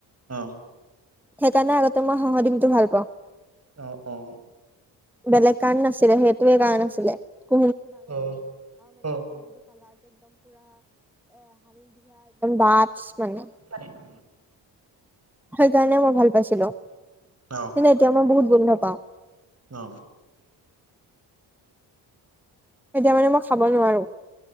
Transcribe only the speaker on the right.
অ',
অ অ।
অ অ অ
<inaudible>
অ।
অ।